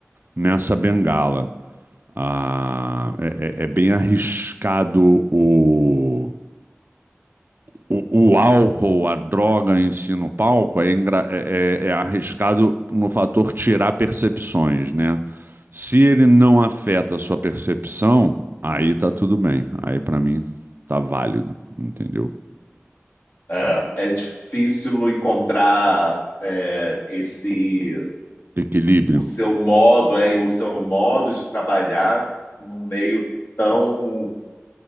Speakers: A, on the right; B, on the left.
A: nessa bengala. Ah, é, é- é bem arriscado o, o, o álcool, a droga em si no palco é, engra- é- é- é arriscado no fator tirar percepções, né? Se ele não afeta a sua percepção, aí tá tudo bem. Aí para mim tá válido, entendeu?
B: É, é difícil encontrar é, esse
A: Equilíbrio.
B: o seu modo é, e o seu modo de trabalhar num meio tão